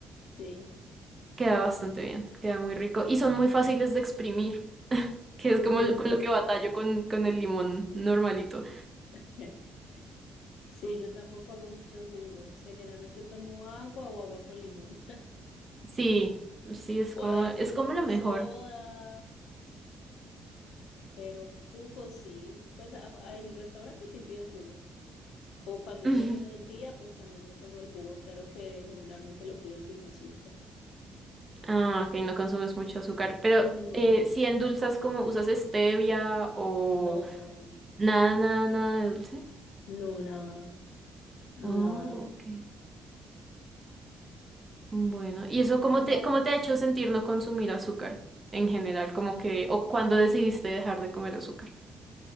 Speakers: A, on the left (about 80°); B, on the right (about 25°).
A: Sí.
B: Queda bastante bien, queda muy rico y son muy fáciles de exprimir, que
A: Mm,
B: es como lo- con lo que batallo con, con el limón normalito.
A: <laughs> Sí, yo tampoco hago muchos jugos. Generalmente tomo agua o agua con limón. <laughs>
B: Sí, sí, es
A: O
B: como,
A: a veces
B: es como
A: compro
B: lo mejor.
A: soda, pero jugo sí. Pues a- a- en restaurantes sí pido jugo. O cuando
B: <laughs>
A: es
B: Ujú.
A: menú del día, pues también me tomo el jugo. Claro que generalmente lo pido sin azúcar.
B: Ah, ok, no consumes mucho azúcar. Pero
A: No,
B: eh, si endulzas como usas stevia o
A: no,
B: nada, nada, nada de dulce.
A: no, nada, nada.
B: Oh, ok. Bueno, ¿y eso cómo
A: Pues
B: te,
A: ya,
B: cómo te ha hecho sentir no consumir azúcar en general? Como que, o cuando decidiste dejar de comer azúcar. <laughs>